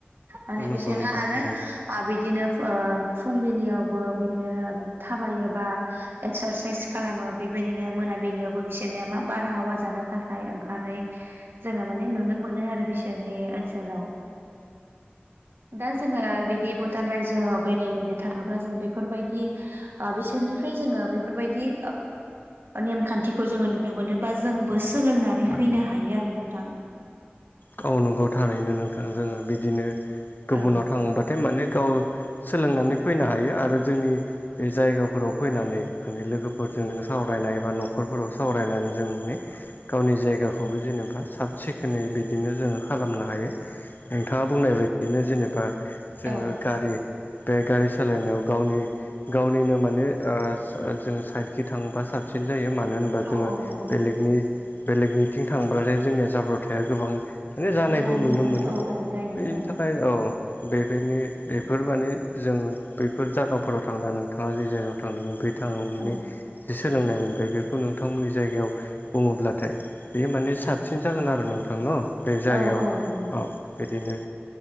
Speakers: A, on the right (about 60°); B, on the left (about 50°).
A: माने
B: नंगौ
A: बिसोरनो
B: नोंथां
A: आरो
B: थारैनो
A: बिदिनो फुंबिलियावबो बिदिनो थाबायोबा एक्सारसाइस खालामो बेबायदिनो मोनाबिलियावबो बिसोरनिया मा बारहावा जानो थाखाय ओंखारै जोङो माने नुनो मोनो आरो बिसोरनि ओनसोलाव दा जोङो बिदि भुटान रायजोआव बेरायनो थाङोब्ला जोङो बेफोरबायदि बिसोरनिफ्राय जोङो बेफोरबायदि नेमखान्थिखौ जोङो नुनो मोनो बा जोंबो सोलोंनानै फैनो हायो आरो नोंथां
B: गाव नंगौ थारैनो नोंथां जोङो बिदिनो गुबुनाव
A: औ
B: थाङोबाथाय माने गाव सोलोंनानै फैनो हायो आरो जोंनि बे जायगाफोराव फैनानै माने लोगोफोरजोंनो सावरायनाय एबा न'खरफोराव सावरायनानै जों माने। गावनि जायगाखौबो जेनेबा साब सिखोनै बिदिनो जोङो खालामनो हायो। नोंथाङा बुंनाय बायदियैनो जेनेबा जोङो
A: औ
B: गारि। बे गारि सालायनायाव गावनि गावनिनो माने। ओ जोङो साइडखि थाङोबा साबसिन जायो मानो होनबा
A: औ
B: जोङो
A: औ नंगौ
B: बेलेगनि बेलेगनिथिं थांब्लाथाय जोंनिया जाब्रथाया गोबां माने जानायखौ
A: जानो
B: नुनो
A: हमो
B: मोनो
A: आरो औ औ जायो
B: बेनि
A: औ
B: थाखाय औ बेफोरनि बेफोर माने जोङो बैफोर जागाफोराव थांना नोंथाङा जे जायगायाव थांदोंमोन बे थांनि
A: औ
B: जे सोलोंनाय मोनबाय बेखौ नोंथांमोननि जायगायाव बुङोब्लाथाय बेयो माने साबसिन जागोन आरो नोंथां न बे जायगायाव
A: औ
B: औ।
A: नंगौ
B: बिदिनो।